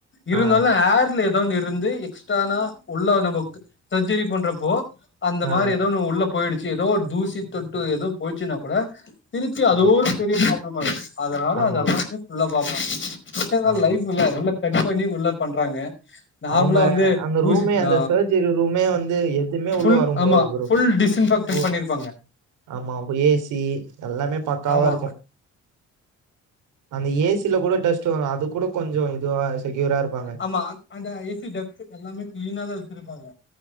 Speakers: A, on the left; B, on the right.
A: இருந்தாலு
B: ஆ
A: ஆர் ஏதா ஒன்னு இருந்து எக்ஸ்ட்னா உள்ள நம் சர்ஜரி பண்ற இப்ப அந்த
B: ஆ ஆ
A: மாரி ஏதோ ஒன்னு உள்ள போயிடுச் ஏதோ ஒரு தூசி தொட்டு ஏதோ போயச்சுன்னா கூட திருத்தி அதோ
B: ஆமா
A: ஒரு பெரிய பாவ ஆமாங்க அதனால
B: ஆமா
A: அது அல்லாமே பியுள்ள வாப்பா எப்புடி இருந்தாலும்
B: ஆமா
A: லைப் இல்ல <unintelligible> கட் பண்ணி உள்ள பண்றாங்க நார்மலா
B: அவங்க
A: வந்து
B: அந்த ரூமே
A: ஊசி
B: அந்த
A: ஆ
B: சர்ஜரி ரூமே வந்து எதுமே
A: ஃபுல்
B: உள்ள வர முடியாது
A: ஆமா
B: ப்ரோ
A: ஃபுல் டிஸ்இன்ஃபெக்டன்
B: கு
A: பண்ணிருப்பாங்க
B: ஆமா ஏசி எல்லாமே பக்காவ
A: ஆமா
B: இருக்கும் அந்த ஏசில கூட டஸ்ட் வரும் அது கூட கொஞ்சம் இதுவா செக்யூரா இருப்பாங்க
A: ஆமா அந்த ஏசி டெஸ்க் எல்லாமே கிளீனா தான் வச்சிருப்பாங்க